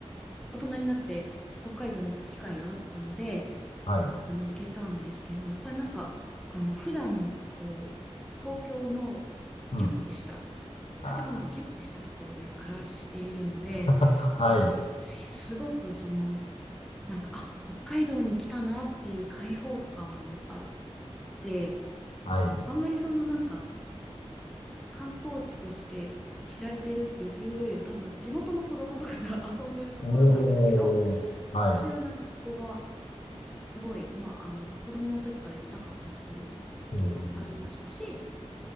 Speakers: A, in the centre; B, on the left.
A: 大人になって北海道に行く機会があったので、
B: はい、
A: あの、行けたんですけど、やっぱりなんか、あの、普段、こう、東京のギュッてした、
B: うん、
A: 建物がギュッてしたところで暮らしているので、
B: あー <laughs>
A: なんか、
B: はい、
A: すすごくその、なんか、あ、北海道に来たなっていう開放感もあって、
B: はい、
A: あんまりそのなんか、観光地として知られてるっていうよりは多分地元の子供とかが <laughs> 遊んでるところなんですけど、
B: おー、はい、
A: 私はなんかそこがすごい、まあ、あの、子供の時から行きたかったっていうこともあありましたし、
B: おー、